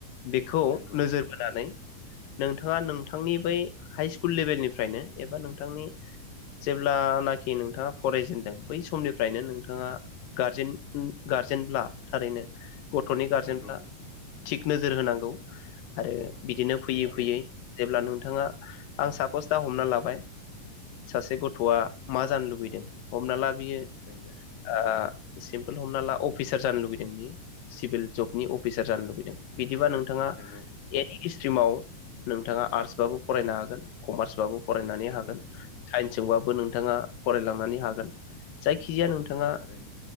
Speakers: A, on the left (about 85°); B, on the left (about 45°).
A: बेखौ
B: नंगौ
A: नोजोर बोनानै नोंथाङा नोंथांनि बै हाइ स्कुल लेबेलनिफ्रायनो एबा नों थांनि जेब्लानाखि नोंथाङा फरायजेनदों बै समनिफ्रायनो नोंथाङा गारजेन गारजेनब्ला थारैनो गथ'नि गारजेनफ्रा
B: नंगौ
A: थिग नोजोर होनां औ आरो बिदिनो फैयै
B: थारैनो
A: फैयै जेब्ला नोंथाङा आं सापस दा हमना लाबाय सासे गथ'आ मा जानो लुबैदों हमना ला बियो
B: नंगौ
A: आ सिमपोल हमना ला अफिसार जानो लुुबैदों बियो सिभिल जबनि अफिसार जानो लुगैदों बिदिब नों नोंथाङा
B: नंगौ
A: एनि हिस्ट्रिमाव नोंथाङा आर्स बाबो फरायनो हागोन कमार्सबाबो फरायनानै
B: नंगौ
A: हागोन साइन्सजोंबाबो नोंथाङा फरायलांनानै हागोन। जायखिजाया नोंथाङा
B: नंगौ थारैनो